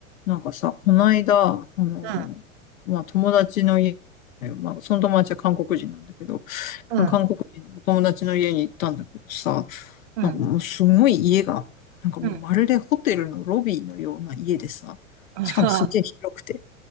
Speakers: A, on the left (about 75°); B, on the right (about 55°).
A: なんかさ、こないだ、あの、
B: うん、
A: まあ、友達の家、まあ、その友達は韓国人なんだけど、
B: うん、
A: 韓国人の友達の家に行ったんだけどさ、
B: うん、
A: なんかもうすごい家が、なんかもうまるでホテルのロビーのような家でさ、
B: うん。<laughs> ああ、
A: しかもすげえ広くて、